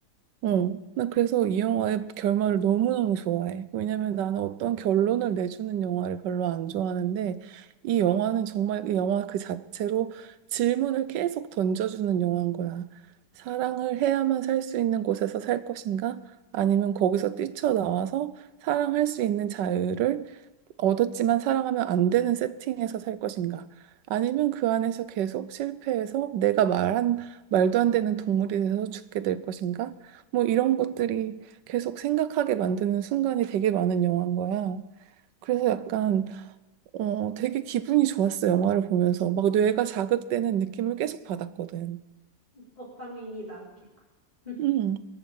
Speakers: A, on the right; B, on the left.
A: 어, 나 그래서 이 영화의 결말을 너무너무 좋아해. 왜냐면 나는 어떤 결론을 내주는 영화를 별로 안 좋아하는데, 이 영화는 정말 그 영화 그 자체로 질문을 계속 던져주는 영화인 거야. 사랑을 해야만 살 수 있는 곳에서 살 것인가? 아니면 거기서 뛰쳐나와서 사랑할 수 있는 자유를 얻었지만 사랑하면 안 되는 세팅에서 살 것인가? 아니면 그 안에서 계속 실패해서 내가 말한, 말도 안 되는 동물이 돼서 죽게 될 것인가? 뭐 이런 것들이 계속 생각하게 만드는 순간이 되게 많은 영화인 거야. 그래서 약간, 어, 되게 기분이 좋았어, 영화를 보면서. 막 뇌가 자극되는 느낌을 계속 받았거든.
B: 도파민이 나왔겠군. <laughs>
A: 음.